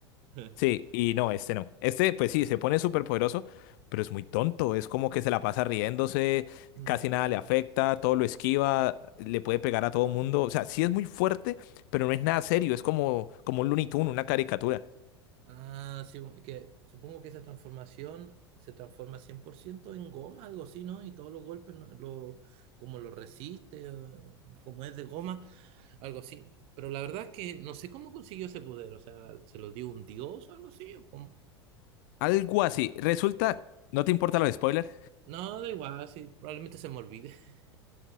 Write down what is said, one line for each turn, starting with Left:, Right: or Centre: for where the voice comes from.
Right: <laughs>
Left: Sí, y no, este no. Este, pues sí, se pone súper poderoso, pero es muy tonto. Es como que se la pasa riéndose,
Right: Mm,
Left: casi nada le afecta, todo lo esquiva, le puede pegar a todo mundo. O sea, sí es muy fuerte, pero no es nada serio. Es como, como un Looney Tunes, una caricatura.
Right: Ah, sí, es que supongo que esa transformación se transforma 100% en goma, algo así, ¿no? Y todos los golpes, ¿no? lo, como lo resiste, eh, como es de goma, algo así. Pero la verdad es que no sé cómo consiguió ese poder, o sea, ¿se lo dio un dios o algo así? ¿O cómo?
Left: Algo así. Resulta, ¿no te importan los spoilers?
Right: No, da igual, sí, probablemente se me olvide. <laughs>